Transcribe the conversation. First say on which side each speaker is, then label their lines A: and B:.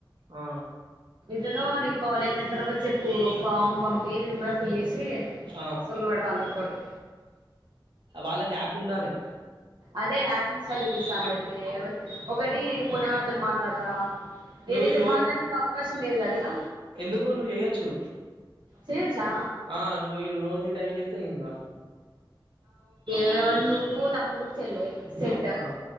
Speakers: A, on the right; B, on the right.
A: ఆ
B: ఇట్లనో నీ కాలేజ్ థైమ్ తర్వాత చెప్పు ఫామ్ పంపి నేను కూడా ఫిల్ జేసీ పి
A: ఆ
B: సల్లవేడ్తా అందరి తోటి
A: ఆ వాళ్ళకి యాప్ ఉండాలి
B: అదే ఆప్ ఇన్స్టాల్ జేపిస్తా అందరికి
A: ను
B: ఎవల్ ఒకటి మున్నా గాంతోని మాట్లాడత
A: నువ్వు
B: ఏ రితోని
A: ఈ రోజు
B: మాట్లాడనికి అవకాశం లేదు గదా ఇగ
A: ఎందుకు నువ్వు ఏయ్యొచ్చు
B: చేయొచ్చా
A: ఆ నువ్వు ఈ రోజు ఈ టైం జెప్ తెఇంగా
B: ఏవల్ నువ్వు తమ్ముడు చెల్లె సెట్
A: ఆ